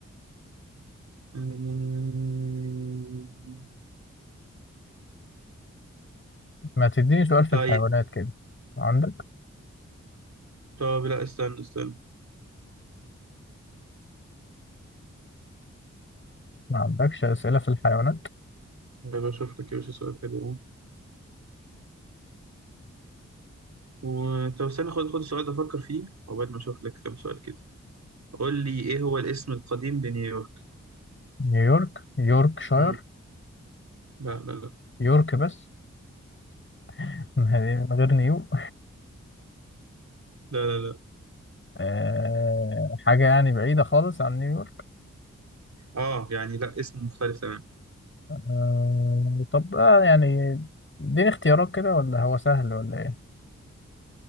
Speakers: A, on the right (about 65°); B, on the left (about 40°).
A: <laughs>
B: ما تديني سؤال في
A: طيب
B: الحيوانات كده عندك
A: طب لا استنى استنى
B: ما عندكش أسئلة في الحيوانات
A: بشوف لك يا باشا سؤال حلو اهو و- طب استنى خد خد السؤال ده افكر فيه عقبال ما اشوف لك كام سؤال كده قول لي ايه هو الاسم القديم لنيويورك
B: نيويورك يوركشاير
A: مم. لا لا لا
B: يورك بس <laughs> من غير نيو
A: لا لا لا
B: آه، حاجة يعني بعيدة خالص عن نيويورك
A: اه يعني لا اسم مختلف تمام
B: آه، طب آه، يعني اديني اختيارات كده ولا هو سهل ولا ايه